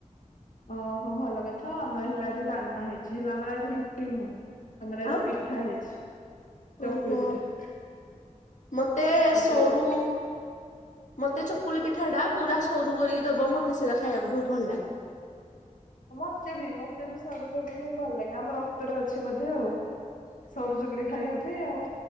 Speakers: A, on the left (about 85°); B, on the left (about 70°).
A: ଓହୋ ଭଲ କଥା ଆମର ହେଲା ଆଜି ଡାଲମା ହେଇଛି ହେଲେ ଆମର ଆଜି ରୁଟି ନୁହଁ। ଆମର ଆଜି
B: ଆଉ
A: ପିଠା ହେଇଛି। ଚକୁଳି
B: ଓହୋ
A: ପିଠା
B: ମତେ
A: ଆଉ
B: ସରୁ
A: ଚକୁ
B: ମତେ ଚକୁଳି ପିଠା ଟା ପୁରା ସରୁ କରିକି ଦବ ମତେ ସେଇଟା ଖାଇବାକୁ ବହୁତୂ ଭଲ ଲାଗେ।
A: ମତେ ବି ମତେ ବି ସରୁ ଚକୁଳି ହିଁ ଭଲ ଲାଗେ ଆମ ରକ୍ତରେ ଅଛି ବୋଧେ ଆଉ। ସରୁ ଚକୁଳି ଖାଇବା ପାଇଁ ଆଉ।